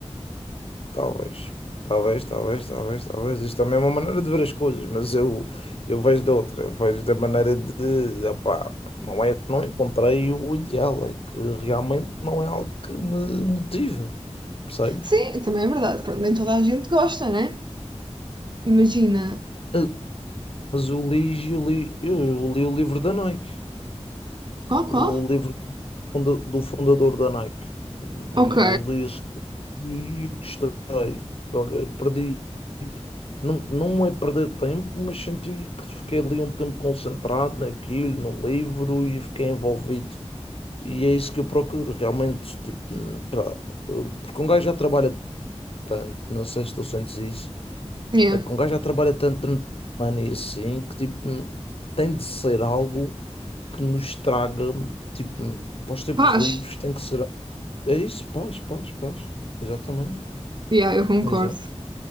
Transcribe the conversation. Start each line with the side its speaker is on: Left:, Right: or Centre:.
Left: Talvez. Talvez, talvez, talvez, talvez. Isto também é uma maneira de ver as coisas, mas eu, eu vejo de outra. Eu vejo da maneira de, opá, não é, não encontrei o ideal, é que realmente não é algo que me motiva, percebes?
Right: Sim, também é verdade. Pronto, nem toda a gente gosta, né? Imagina.
Left: Ah, Mas eu li, eu li, eu li o livro da Nike,
Right: Qual,
Left: o
Right: qual?
Left: livro do funda- do fundador da Nike. Eu
Right: Ok.
Left: li esse e gostei. Olha, perdi. Não, não é perder tempo, mas senti que fiquei ali um tempo concentrado naquilo, no livro e fiquei envolvido. E é isso que eu procuro realmente. Tipo, pá, porque um gajo já trabalha tanto, não sei se tu sentes isso,
Right: Yeah.
Left: é que um gajo já trabalha tanto durante a semana e assim, que tipo, tem de ser algo que nos traga, tipo, para os tempos
Right: Paz.
Left: livres, tem que ser. É isso, paz, paz, paz. Exatamente.
Right: Yeah, eu concordo.
Left: Exato.